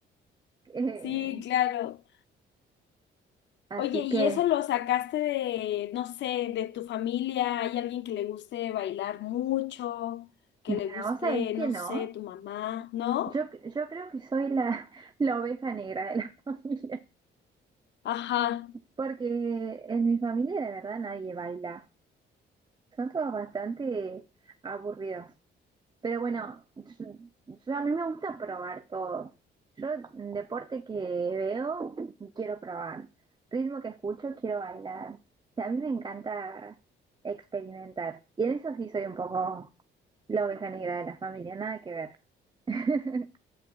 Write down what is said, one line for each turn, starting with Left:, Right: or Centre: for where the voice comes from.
Right: Eh,
Left: sí, claro.
Right: así
Left: Oye, ¿y
Right: que,
Left: eso lo sacaste de, no sé, de tu familia? ¿Hay alguien que le guste bailar mucho? ¿Que
Right: bueno,
Left: le guste,
Right: vos sabés que
Left: no
Right: no.
Left: sé, tu mamá? ¿No?
Right: Yo, yo creo que soy la, <laughs> la oveja negra de la <laughs> familia,
Left: Ajá.
Right: porque en mi familia de verdad nadie baila. Son todos bastante aburridos. Pero bueno, yo, yo- a mí me gusta probar todo. Yo, mm, deporte que veo, quiero probar. Ritmo que escucho, quiero bailar. O sea, a mí me encanta experimentar. Y en eso sí soy un poco la oveja negra de la familia, nada que ver. <laughs>